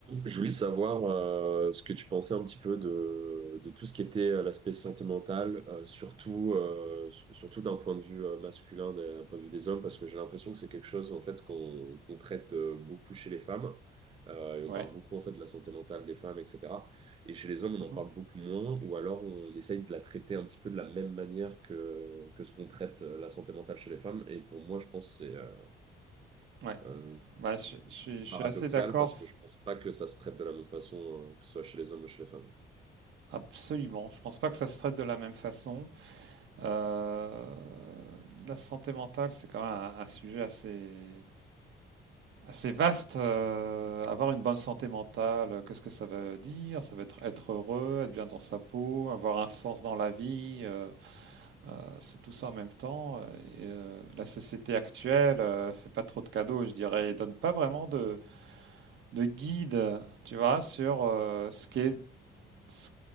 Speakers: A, on the right; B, on the right.
A: Je voulais savoir euh, ce que tu pensais un petit peu de, de tout ce qui était euh, l'aspect santé mentale, euh, surtout, euh, su- surtout d'un point de vue euh, masculin, d'un point de vue des hommes, parce que j'ai l'impression que c'est quelque chose en fait qu'on qu'on traite euh, beaucoup chez les femmes, Euh, et
B: Ouais,
A: on parle beaucoup en fait de la santé mentale des femmes, etc. Et chez les hommes, on
B: Mhm.
A: en parle beaucoup moins, ou alors on essaye de la traiter un petit peu de la même manière que, que ce qu'on traite euh, la santé mentale chez les femmes. Et pour moi, je pense que c'est euh,
B: ouais.
A: euh,
B: Bah, je,
A: c'est
B: je suis
A: un peu
B: je
A: paradoxal
B: suis assez d'accord,
A: parce
B: s-
A: que je pense pas que ça se traite de la même façon, euh, que ce soit chez les hommes ou chez les femmes.
B: absolument. Je pense pas que ça se traite de la même façon. Euh, la santé mentale, c'est quand même un, un sujet assez, assez vaste. Euh, avoir une bonne santé mentale, euh, qu'est-ce que ça veut dire? Ça veut être être heureux, être bien dans sa peau, avoir un sens dans la vie. euh, euh, c'est tout ça en même temps. euh, Et, euh, la société actuelle, euh, fait pas trop de cadeaux, je dirais, et donne pas vraiment de de guide, tu vois, sur euh, ce qu'est, ce